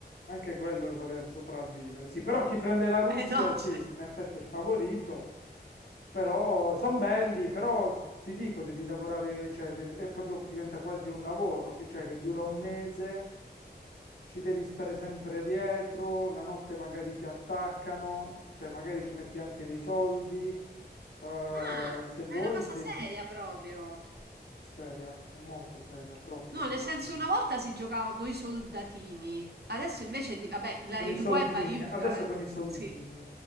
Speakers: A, on the left; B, on the right.
A: anche quello è voler sopravvivere. Sì, però chi prende la Russia,
B: Eh no,
A: sì,
B: certo.
A: in effetti è favorito, però sono belli, però ti dico, devi lavorare, cioè, devi- è proprio, diventa quasi un lavoro, che, cioè, che dura un mese, ci devi stare sempre dietro, la notte magari ti attaccano, cioè, magari ci metti anche dei soldi, eh,
B: Ah,
A: se vuoi,
B: è una cosa
A: sì.
B: seria proprio.
A: Seria, è molto seria, troppo
B: No,
A: seria.
B: nel senso una volta si giocava con i soldatini, adesso invece di... Vabbè, la-
A: Con
B: il
A: i soldini,
B: web aiuta,
A: adesso con
B: eh.
A: i soldini.
B: Sì.